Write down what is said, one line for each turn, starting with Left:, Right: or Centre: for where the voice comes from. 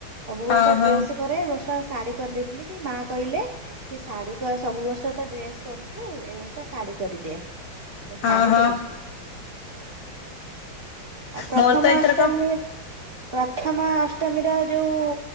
Right: ସବୁ ବର୍ଷ
Left: ଓହୋ
Right: ଡ୍ରେସ କରେ ଏବର୍ଷ ଶାଢୀ କରିଦେଇଥିଲି କି ମା କହିଲେ କି ଶାଢୀ ସବୁ ବର୍ଷ ତ ଡ୍ରେସ କରୁଛୁ ଏଇ ବର୍ଷ ଶାଢୀ କରିଦେ। ଶାଢୀ
Left: ହଁ ହଁ।
Right: କରିଥିଲି। ଆଉ ପ୍ରଥମାଅଷ୍ଟମୀ
Left: ମୋର ତ ଏଇଥରକ
Right: ପ୍ରଥମାଅଷ୍ଟମୀର ଯୋଉ